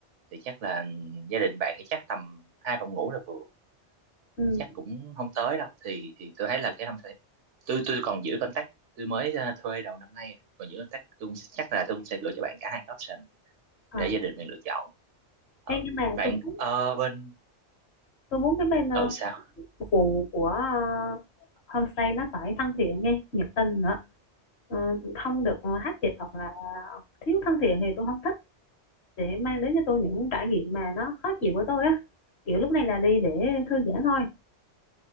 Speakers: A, on the right; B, on the left.
A: thì chắc là gia đình bạn thì chắc tầm hai phòng ngủ là vừa
B: Ừ.
A: chắc cũng không tới đâu thì thì tôi thấy là cái không thể tôi tôi còn giữ contact tôi mới uh, thuê đầu năm nay à. còn giữ contact tôi cũng sẽ, chắc là tôi cũng sẽ gửi cho bạn cả hai cái option
B: Ờ.
A: để gia đình mình lựa chọn Ờ,
B: Ê, nhưng mà
A: bạn
B: tôi muốn
A: ờ, bên
B: tôi muốn cái bên ờ,
A: ừ sao
B: phục vụ của ờ, homestay nó phải thân thiện nghe nhiệt tình nữa Ờ, không được uh, hát dịch hoặc là thiếu thân thiện thì tôi không thích để mang đến cho tôi những trải nghiệm mà nó khó chịu với tôi á kiểu lúc này là đi để thư giãn thôi